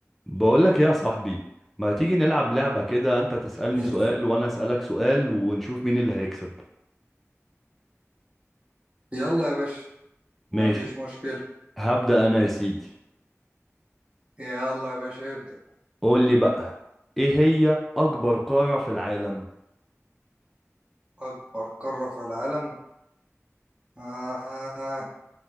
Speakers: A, in the centre; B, on the right.
A: بقول لك ايه يا صاحبي ما تيجي نلعب لعبة كده انت تسألني
B: مم.
A: سؤال وانا أسألك سؤال ونشوف مين اللي هيكسب
B: يلا يا باشا
A: ماشي
B: مفيش مشكلة
A: هبدأ انا يا سيدي
B: يلا يا باشا ابدأ
A: قول لي بقى ايه هي اكبر قارة في العالم
B: أكبر قارة في العالم آه.